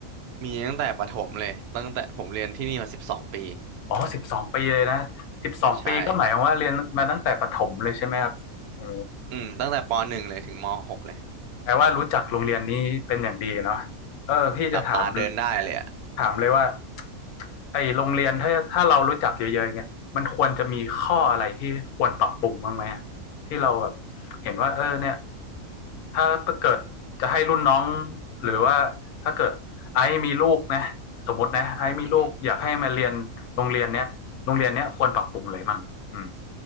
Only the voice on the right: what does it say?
มีตั้งแต่ประถมเลยตั้งแต่ผมเรียนที่นี่มาสิบสองปี
ใช่อืมตั้งแต่ปหนึ่งเลยถึงมหกเลย
หลับตาเดินได้เลยอ่ะ
อือหือ